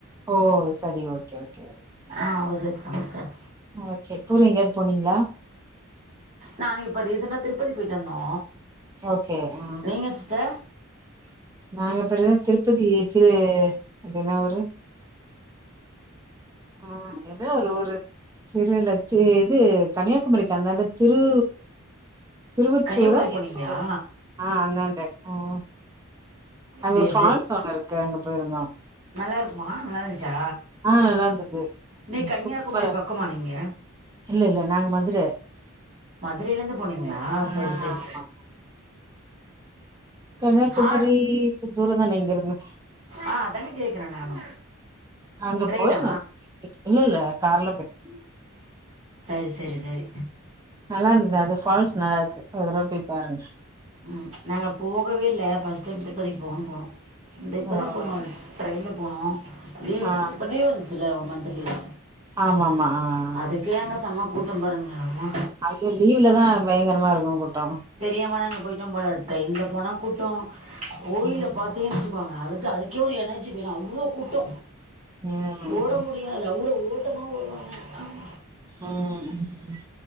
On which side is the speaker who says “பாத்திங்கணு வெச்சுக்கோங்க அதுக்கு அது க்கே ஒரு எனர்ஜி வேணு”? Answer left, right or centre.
Right